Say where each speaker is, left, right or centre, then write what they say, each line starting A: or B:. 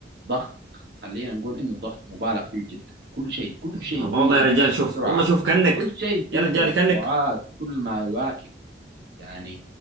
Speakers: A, on the right (about 60°); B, on the right (about 85°).
A: ضغط خلينا نقول انه الضغط مبالغ فيه جدا كل شيء كل شيء
B: والله
A: فيها
B: والله يا
A: بيصير
B: رجال شوف
A: بسرعه
B: والله شوف كأنك
A: كل شيء فيه
B: يا رجال
A: توقعات
B: كأنك
A: وكل ما يواكب يعني